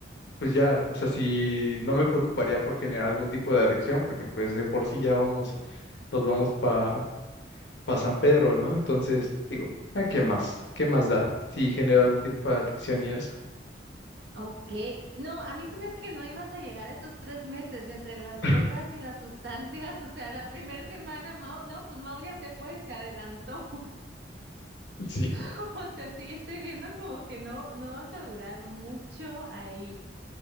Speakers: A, on the left; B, on the right.
A: pues ya, o sea, si no me preocuparía por generar algún tipo de adicción, porque pues de por sí ya vamos, nos vamos para pa pa San Pedro, ¿no? Entonces digo, ¿a qué más? ¿Qué más da si genera algún tipo de adicción y eso?
B: Ok, no, a mí se me hace que no ibas a llegar a esos tres meses de entre Las
A: <laughs>
B: Vegas y las sustancias, <laughs> o sea, la primera semana, Mau, no, pues Mau ya se fue, se adelantó,
A: Sí.
B: <laughs> o sea, sí, yo estoy viendo como que no, no vas a durar mucho ahí.